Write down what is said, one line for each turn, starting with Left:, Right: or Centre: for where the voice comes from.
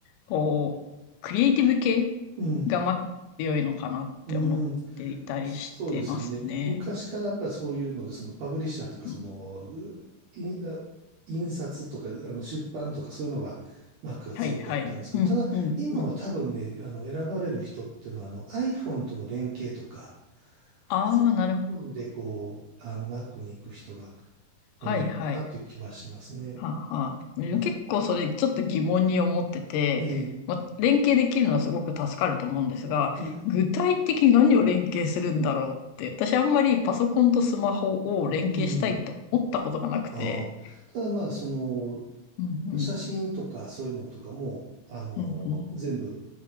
Left: こう、クリエイティブ系
Right: うん。
Left: が Mac 強いのかなって思っていたりしてますね。
Right: うん。そうですよね。昔からやっぱりそういうので、そのパブリッシャーというか、その、
Left: うん
Right: いあ印刷とか、あの、出版とかそういうのが、マックが強かったんですけど、
Left: はいはい。うんうんうん。
Right: ただ、今は多分ね、あの、選ばれる人っていうのは、あの、iPhone との連携とか、
Left: ああ、
Right: そういうので、
Left: なるほど。
Right: こう、あの、Mac に行く人が
Left: はいはい。
Right: 多いのかなという気はしますね。
Left: はあはあ、でも結構それちょっと疑問に思ってて、
Right: うんええ
Left: まあ、連携できるのはすごく助かると思うんですが、
Right: うん、
Left: 具体的に何を連携するんだろうって、私あんまりパソコンとスマホを連携したいと思ったことがなくて。
Right: うん。ああ。ただまあ、その、
Left: うんうん。
Right: 写真とかそういうのとかも、あの、
Left: うんうん。
Right: 全部、